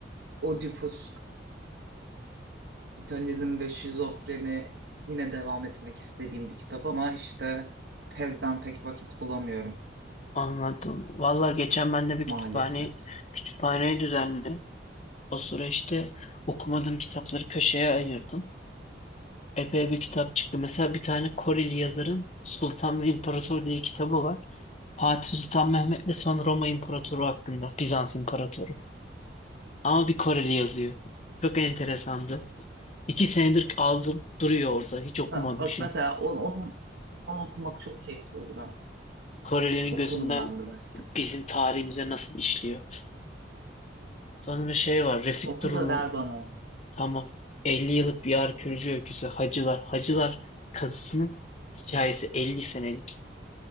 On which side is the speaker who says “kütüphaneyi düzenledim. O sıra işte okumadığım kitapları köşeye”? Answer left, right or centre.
Left